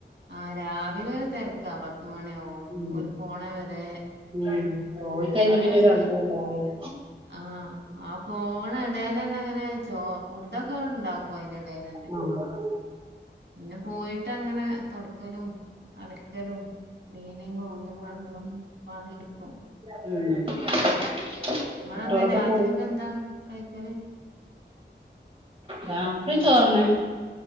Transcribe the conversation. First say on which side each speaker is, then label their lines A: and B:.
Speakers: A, on the right (about 85°); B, on the right (about 30°).
A: ആ രാവിലെ ഒരു തിരക്കാ പത്ത് മണിയാവോളും
B: ഉം
A: ഓല് പോണ വരെ
B: ഉം പോയി കഴിഞ്ഞ
A: ആയെടെ
B: പിന്നെ ഒരു അന്തം ഉണ്ടാവില്ല
A: ആ ആ പോണ എടേലന്നെ അങ്ങനെ ചോ ഫുഡൊക്കെ ഉണ്ടാക്കും അതിന്റെ ഇടയിൽ തന്നെ
B: ആഹ്
A: പിന്നെ പോയിട്ട് അങ്ങനെ തൊടക്കലും, അലക്കലും, ക്ലീനിങ്ങും അങ്ങനെഎല്ല പണി ഇട്ക്കും
B: ഉം
A: നിങ്ങെന്താ
B: കുട്ടികളൊക്കെ
A: രാത്രി
B: പോയി
A: ഒക്കെ എന്താ കഴിക്കല്
B: രാത്രി ചോറ് തന്നെ